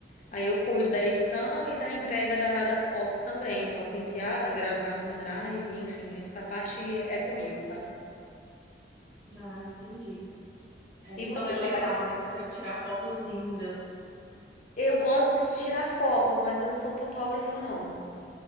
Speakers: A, on the left; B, on the right.
A: Aí eu cuido da edição e da entrega da- das fotos também. Eu posso enviar, gravar no pendrive, enfim, essa parte é comigo, sabe?
B: Ah, entendi. É,
A: E
B: então
A: você,
B: é
A: trabalha
B: legal, né? Você deve tirar fotos lindas.
A: Eu gosto de tirar fotos, mas eu não sou fotógrafa, não.